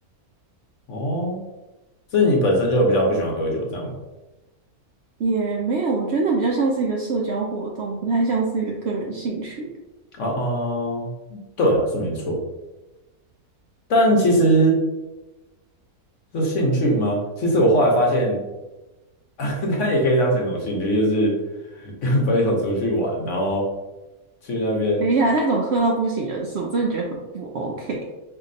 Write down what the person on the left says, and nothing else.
哦，哦，是你本身就比较不喜欢喝酒这样吗？
哦哦，对啊，是没错。但其实是兴趣吗？其实我后来发现，<laughs> 它也可以当成一种兴趣，就是 <laughs> 跟朋友出去玩，然后去那边。